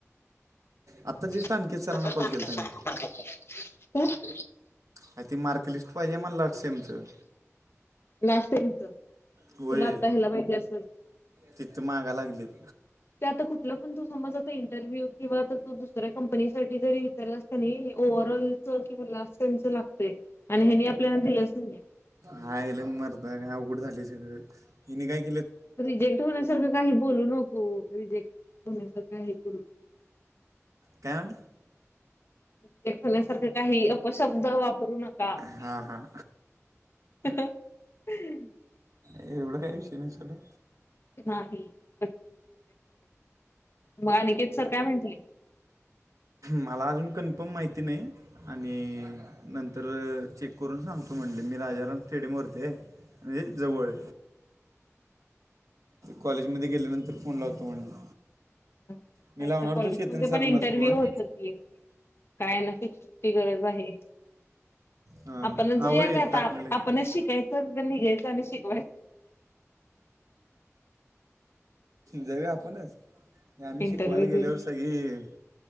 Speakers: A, on the left; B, on the right.
A: <unintelligible>
B: आत्ता जस्ट आणखीच सरांना कॉल केला होता मी आणि ती मार्कलिस्ट पाहिजे म्हणला सेमचं.
A: लास्ट टाइमच तुला
B: होय
A: आता ह्याला पाहिजे अस
B: तिथं मागा लागलीत.
A: ते आता कुठला पण तू समज आ इंटरव्ह्यू किंवा त दुसऱ्या कंपनीसाठी जरी विचारलास कणी. ओव्हरऑल च किंवा लास्टनच लागतय आणि हेनी आपल्याला दिलंच नाहीे.
B: हाल मरडा का अघड झाली सगळं हीने काही.
A: रिजेक्ट होण्यासारखं काही बोलू नको रिजेक्ट होण्यासारखं. <unintelligible>
B: काय?
A: काही खल्यासारख काही अपशब्द वापरू नका.
B: हां हां
A: <unintelligible>
B: एवढ काय विषय नाही खरं.
A: नाही. <inaudible> मग अनिकेत सर काय म्हटले.
B: मला अजून कन्फर्म माहिती नाही आणि नंतर चेक करून सांगतो म्हणले मी राजाराम फे शडी मते आणि जवळ. कॉलेजमध्ये गेल्यानंतर फोन लावतो म्हणले.
A: त्या
B: मी लावणार
A: तर कॉलेजमध्ये
B: तो चेतन सरांनाच
A: पण इंटरव्ह्यू
B: फोन
A: होत कि काय नक्की किती ची गरज आहे.
B: हां
A: आपण
B: हां
A: जोया
B: होय
A: करता
B: टाकलेलं की
A: आपणच शिकायचं निघायचं आणि शिक
B: जाऊया आपणच. आम्ही
A: इंटरव्ह्यू
B: शिकवायला गेलेवर
A: देऊन
B: सगळी.